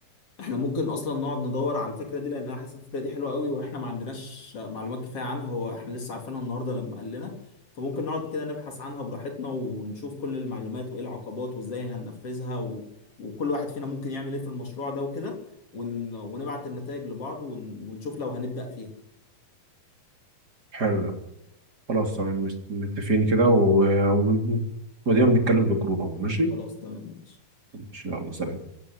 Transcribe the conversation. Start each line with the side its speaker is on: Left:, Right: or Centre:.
Left: احنا ممكن اصلا نقعد ندور على الفكره دي لانها حاسس الفكره دي حلوه قوي واحنا ما عندناش معلومات كفايه عنها هو احنا لسه عارفينها النهارده لما قال لنا فممكن نقعد كده نبحث عنها براحتنا ونشوف كل المعلومات وايه العقبات وازاي هننفذها و... وكل واحد فينا ممكن يعمل ايه في المشروع ده وكده ون... ونبعت النتائج لبعض ون... ونشوف لو هنبدأ فيها
Right: حلو ده خلاص تمام متفقين كده و... و... ودينا بنتكلم في الجروب اهو ماشي
Left: خلاص تمام ماشي
Right: ان شاء الله
Left: ماشي.
Right: سلام